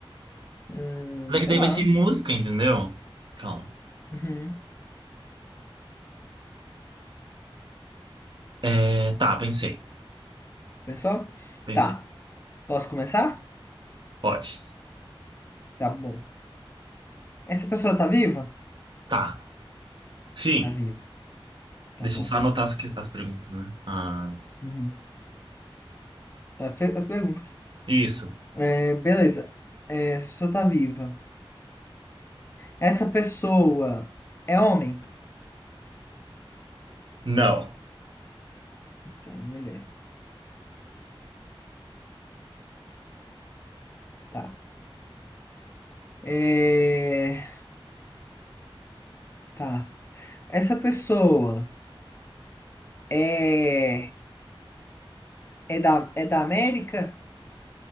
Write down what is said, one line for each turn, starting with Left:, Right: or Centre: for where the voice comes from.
Left: hum,
Right: Daqui
Left: sei
Right: daí
Left: lá.
Right: vai ser música, entendeu? Calma,
Left: Uhum.
Right: É, tá, pensei.
Left: Pensou?
Right: Pensei.
Left: Tá, posso começar?
Right: Pode.
Left: Tá bom. Essa pessoa tá viva?
Right: Tá. Sim.
Left: Tá viva. Tá
Right: Deixa
Left: bom.
Right: eu só anotar as, que- as perguntas, né? As...
Left: Uhum. É, pe- As perguntas.
Right: Isso.
Left: É, beleza. É, essa pessoa tá viva. Essa pessoa é homem?
Right: Não.
Left: Então, é mulher. Tá. É, tá. Essa pessoa é, é da, é da América?